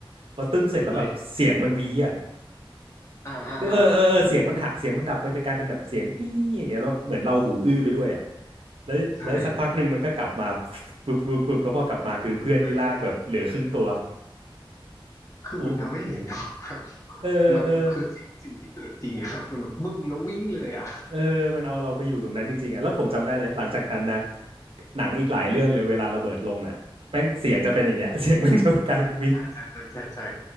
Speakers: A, on the right; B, on the left.
A: พอตึมเสร็จแล้วแบบเสียงมันวีอ่ะ
B: เละอ่าอ่าอาว
A: เออเออเออเออเสียงมันหะเสียงมันดับไปไปกลายเป็นแบบเสียงนี่อย่างเงี้ยแล้วเหมือนเราหูอื้อไปด้วยอ่ะแล้วแล้วสักพักหนึ่งมันก็กลับมา
B: ใช่
A: ปึ๊บปึ๊บปึ๊บแล้วพอกลับมาคือเพื่อนที่ลากแบบเหลือครึ่งตัว
B: ใช่ใช่ใช่คือมันทำให้เห็นครับ
A: โอ้โหเออเออ
B: มันคือสิ่งสิ่งที่เกิดจริงอะมันแบบบึ้มแล้ววิ่งเลยอะ
A: เออมันเอาเราไปอยู่ตรงนั้นจริงๆอ่ะแล้วผมจำได้เลยหลังจากนั้นนะหนังอีกหลายเรื่องเลยเวลาระเบิดลงอ่ะแม่งเสียงจะเป็นอย่างเงี้ย <laughs> เสียงแม่งจะกลายเป็นวิง
B: ใช่ใช่ใช่ใช่ใช่